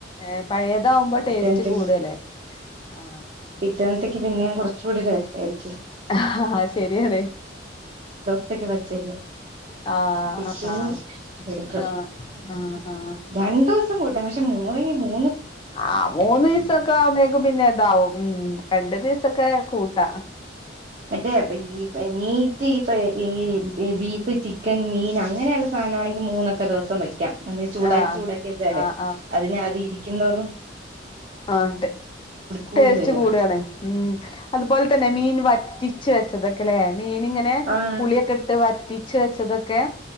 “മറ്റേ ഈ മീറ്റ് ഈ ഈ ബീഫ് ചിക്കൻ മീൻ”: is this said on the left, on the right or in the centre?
Right